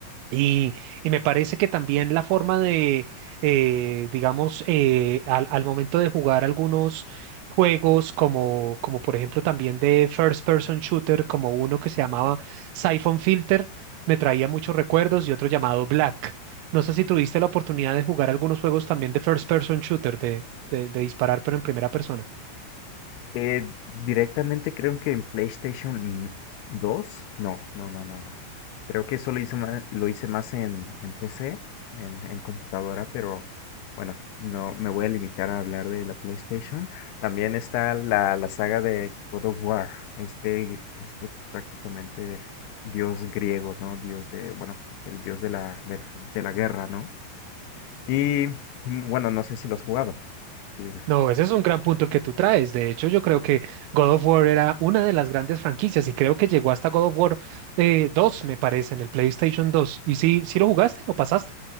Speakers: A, on the right; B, on the left.
A: Y, y me parece que también la forma de, eh, digamos, eh, al, al momento de jugar algunos juegos, como, como por ejemplo también de First Person Shooter, como uno que se llamaba Siphon Filter, me traía muchos recuerdos y otro llamado Black. No sé si tuviste la oportunidad de jugar algunos juegos también de First Person Shooter, de, de, de disparar pero en primera persona.
B: Eh, directamente creo que en PlayStation dos No, no, no, no, no. Creo que eso lo hice más, lo hice más en, en PC, en, en computadora, pero bueno, no me voy a limitar a hablar de la PlayStation. También está la, la saga de God of War, este, este prácticamente dios griego, ¿no? Dios de, bueno, el dios de la, de la, de la guerra, ¿no? Y mm, bueno, no sé si lo has jugado, tú dime.
A: No, ese es un gran punto el que tú traes. De hecho, yo creo que God of War era una de las grandes franquicias y creo que llegó hasta God of War eh, 2, me parece, en el PlayStation 2. ¿Y si, si lo jugaste? ¿Lo pasaste?